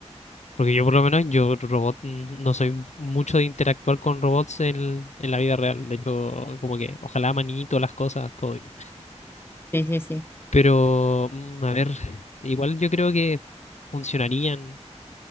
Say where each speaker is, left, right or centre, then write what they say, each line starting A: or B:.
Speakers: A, on the left; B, on the left.
A: porque yo por lo menos, yo robot mm, no soy mucho de interactuar con robots en, en la vida real, de hecho, como que ojalá manito las cosas, todo bien.
B: Sí, sí, sí.
A: Pero, mm, a ver, igual yo creo que funcionarían